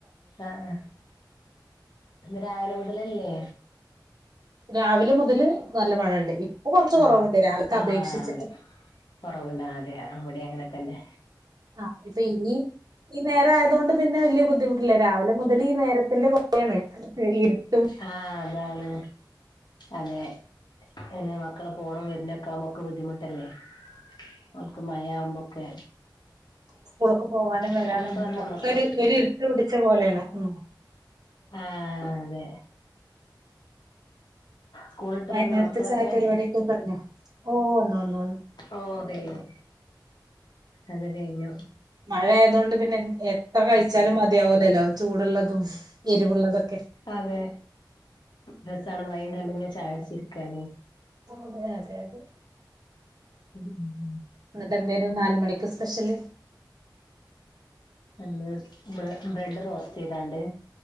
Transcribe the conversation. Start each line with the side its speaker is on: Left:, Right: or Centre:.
Left: ആ ആ രാവിലെ മുതലല്ലേ
Right: രാവിലെ മുതല് നല്ല മഴയുണ്ട് കുറച്ച് കുറവുണ്ട്
Left: ആ
Right: രാവിലത്തെ
Left: ആ
Right: അപേക്ഷിച്ചിട്ട്
Left: അതെ കൊറവുണ്ട അതെ അവിടെ അങ്ങനെ തന്നെ
Right: ആഹ് ഇപ്പൊ ഇനി ഈ നേരം ആയത കൊണ്ട് പിന്നെ വലിയ ബുദ്ധിമുട്ടില്ല രാവിലെ മുതൽ ഈ നേരത്തിന്റെ കുറൊണ് ഇരുട്ട്
Left: ആ അതാണ് അതെ പിന്നെ മക്കള പോണം വരുന്നക്കെ ആമ്പോക്കെ ബുദ്ധിമുട്ടല്ലേ. അവൾക്ക് മഴ ആവുമ്പോക്കെ
Right: സ്കൂളക്ക് പോവാനും വരാനും
Left: സ്കൂളിട്ട് വന്നോ
Right: ഒക്കെ
Left: മക്കള്
Right: ഒരു ഒരു ഇരുട്ട പിടിച്ച പോലെയാണ്. ഉ
Left: ആ അതെ സ്കൂളിട്ട്
Right: വൈകുന്നേരത്തെ
Left: വന്നോ മക്കളൊക്കെ
Right: ചായ പരിപാടിയൊക്കെ കഴിഞ്ഞോ. ഓ ഒന്നു ഒന്നു
Left: ഓ കഴിഞ്ഞു അത് കഴിഞ്ഞു
Right: മഴ ആയതൊണ്ട് പിന്നെ എത്ര കഴിച്ചാലും മതിയാവൂലല്ലോ ചൂടുള്ളതും. എരിവുള്ളതൊക്കെ
Left: അതെ രസമാണ് മൈയും കണ്ടിങ്ങെനെ ചായ കുടിച്ചിരിക്കാന്.
Right: അതെ അതെ അതെ
Left: ഉം ഉം ഉം
Right: എന്നിട്ട് എന്തായും നാല് മണിക്ക് സ്പെഷ്യല്.
Left: എ ബ്രെഡ് റോസ്റ്റ് ചെയ്താണ്ട്.